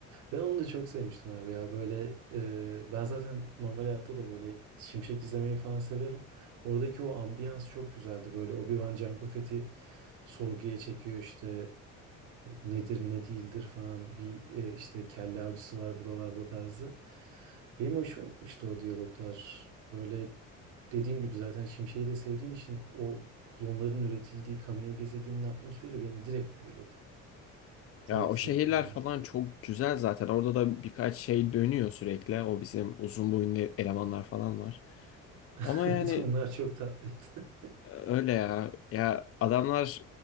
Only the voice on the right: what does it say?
Ben onu da çok sevmiştim abi ya böyle e, ben zaten normal hayatta da böyle şimşek izlemeyi falan severim. Oradaki o ambiyans çok güzeldi böyle Obi-Wan Jango Fett'i sorguya çekiyor işte e, nedir ne değildir falan bir e, işte kelle avcısı var buralarda tarzı. Benim hoşuma gitmişti o diyaloglar. Böyle dediğim gibi zaten Şimşek'i de sevdiğim için o klonların üretildiği Kamino gezegeninin atmosferi beni direkt büyüledi.
Direkt
sevdim
yani.
<laughs>
Onlar çok tatlıydı. <laughs>